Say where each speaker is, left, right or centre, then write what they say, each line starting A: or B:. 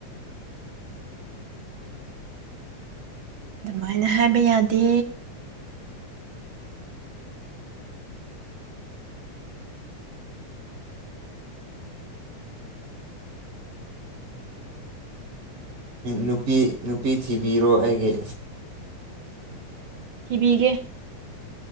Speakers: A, on the right (about 50°); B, on the right (about 70°).
A: ꯑꯗꯨꯃꯥꯏꯅ ꯍꯥꯏꯕ ꯌꯥꯗꯦ
B: ꯅꯨꯄꯤ ꯅꯨꯄꯤ ꯊꯤꯕꯤꯔꯣ ꯑꯩꯒꯤ
A: ꯊꯤꯕꯤꯒꯦ